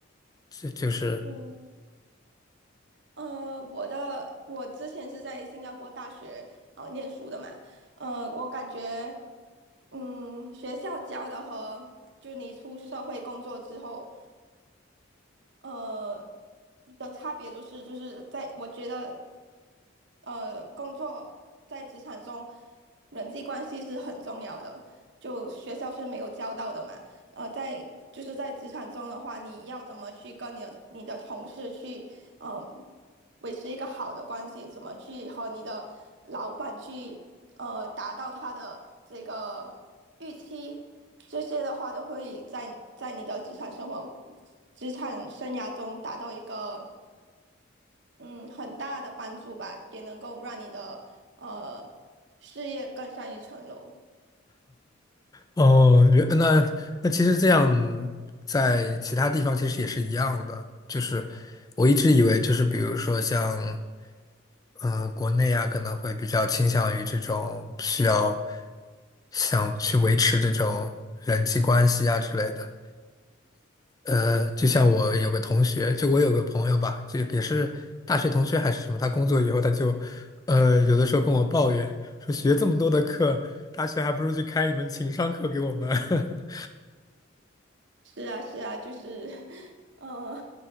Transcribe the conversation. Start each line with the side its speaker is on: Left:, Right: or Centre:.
Left: 就就是。
Right: 嗯 <laughs> 呃，我的我之前是在新加坡大学呃念书的嘛，呃，我感觉，嗯，学校教的和就你出社会工作之后呃的差别就是就是在我觉得呃工作在职场中人际关系是很重要的，就学校是没有教到的嘛。呃，在就是在职场中的话，你要怎么去跟你的你的同事去嗯，维持一个好的关系，怎么去和你的老板去呃达到他的这个预期，这些的话都会在你在你的职场生活、职场生涯中达到一个嗯很大的帮助吧，也能够让你的呃事业更上一层楼。
Left: 哦，原那那其实这样，在其他地方其实也是一样的。就是我一直以为，就是比如说像嗯、呃国内啊，可能会比较倾向于这种需要想去维持这种人际关系啊之类的。呃，就像我有个同学，就我有个朋友吧，就也是大学同学还是什么，他工作以后他就呃有的时候跟我抱怨说，学这么多的课，大学还不如去开一门情商课给我们。<laughs>
Right: 是啊，是啊，就是，<laughs> 呃，